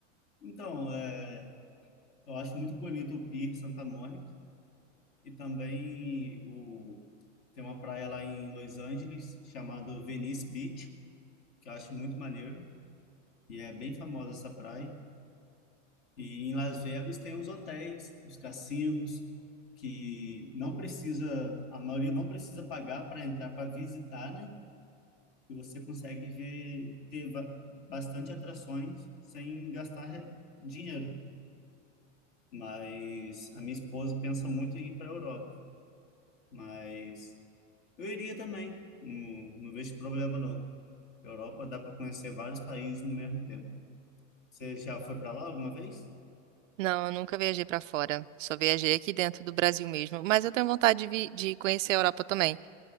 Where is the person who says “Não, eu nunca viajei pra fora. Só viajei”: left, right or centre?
Right